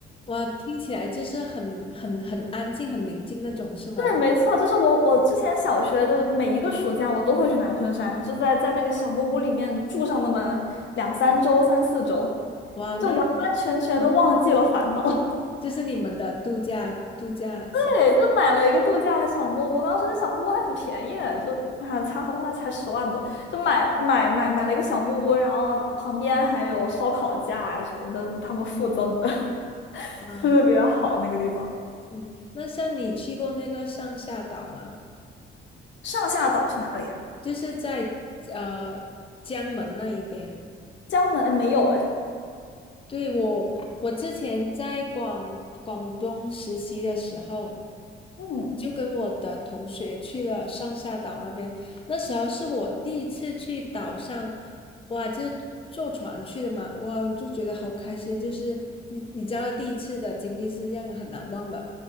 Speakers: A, on the left; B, on the left.
A: 哇，听起来就是很很很安静、很宁静那种，是吗？
B: 对，没错，就是我我之前小学的每一个暑假，我都会去南昆山，就在在那个小木屋里面住上那么两三周、三四周，
A: 哇，那里就
B: 就完完全全的忘记了烦恼。
A: 嗯
B: <laughs>
A: 就是你们的度假度假小
B: 对，就买了一个度假的小木屋，当时那小木屋还很便宜，就啊，才好像那才十万多，就买买买买了一个小木屋，然后旁边还有烧烤架呀、什么的，他们附赠的，<laughs>
A: 啊，
B: 特别好那个地方。
A: 嗯，那像你去过那个上下岛吗？
B: 上下岛是哪里啊？
A: 就是在呃江门那一边。
B: 江门？哎，没有哎。
A: 对，我，我之前在广广东实习的时候，
B: 嗯
A: 就跟我的同学去了上下岛那边。那时候是我第一次去岛上，哇，就是坐船去的嘛，哇，我就觉得好开心。就是你你知道，第一次的经历是让人很难忘的。